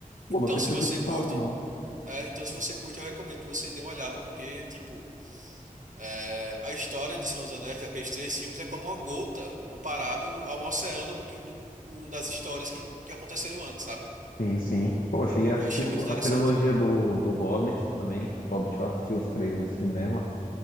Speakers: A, on the left (about 80°); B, on the right (about 65°).
A: Pô,
B: Então,
A: nunca
B: se
A: tinha
B: você
A: ouvido falar,
B: curte
A: não.
B: É, então, se você curte, eu recomendo que você dê uma olhada, porque, tipo, é, a história de Senhor dos Anéis, daqueles três filmes, é como uma gota comparado ao oceano do, que- do- o- das histórias que, que aconteceram antes, sabe?
A: Sim, sim. Pô, eu cheguei a assistir
B: Eu achei
A: o-
B: muito interessante.
A: a trilogia do, do Hobbit também. Hobbit eu assisti os três no cinema.